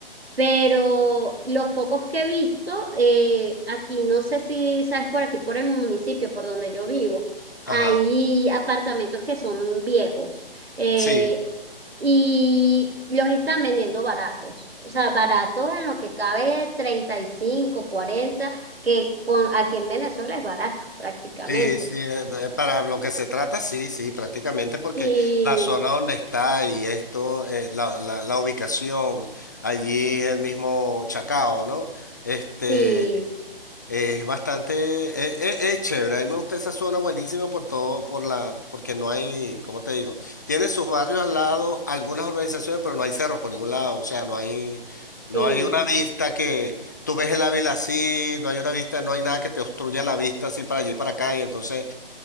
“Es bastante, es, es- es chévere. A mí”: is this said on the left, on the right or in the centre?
Left